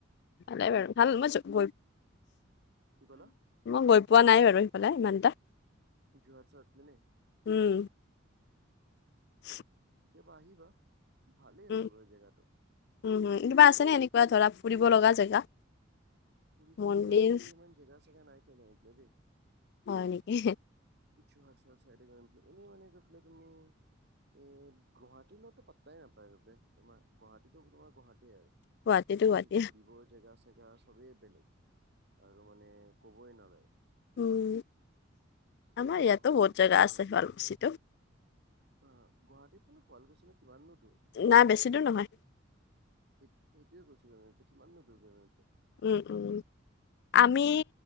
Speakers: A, on the left; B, on the right.
A: ভালে বাৰু ভাল মই গৈ
B: কি ক'লা
A: মই গৈ পোৱা নাই বাৰু সিফালে ইমান এটা।
B: যোৰহাট-চোৰহাট পিনে?
A: উম। <inaudible>
B: কেতিয়াবা আহিবা ভালেই
A: উম
B: আছে বাৰু জেগাটো।
A: উম, হম, কিবা আছেনেে এনেকুৱা ধৰা ফুৰিব লগা জেগা?
B: ফুৰিব
A: মন্দিৰ
B: লগা তেনেকুৱা ইমান জেগা চাগা নাই <unintelligible> দেই।
A: হয়, নেকি?
B: যোৰহাট-চোৰহাট চাইদে <unintelligible> এনে মানে গৈ পেলাই তুমি এ গুৱাহাটীৰলৈতো পাত্তাই নাপায় গৈ পেলাই তোমাৰ গুৱাহাটীতো তোমাৰ গুৱাহাটী আৰু।
A: গুৱাহাটীতো
B: গুৱাহাটীত
A: গুৱাহাটী
B: ঘূৰিব জেগা চেগা চবেই বেলেগ আৰু মানে ক'বই নালাগে।
A: উম, আমাৰ ইয়াতো
B: গুৱাহাটীতো
A: বহুত জাগা
B: চবেই
A: আছে
B: জানে
A: শুৱালকুছিটো।
B: অ', গুৱাহাটীতোনো শুৱালকোছিনো কিমানো দূৰ?
A: নাই বেছি দূৰ নহয়।
B: স সেইটোৱে কৈছো মানে কিমানো দুৰ <unintelligible>
A: উম, উম, আমি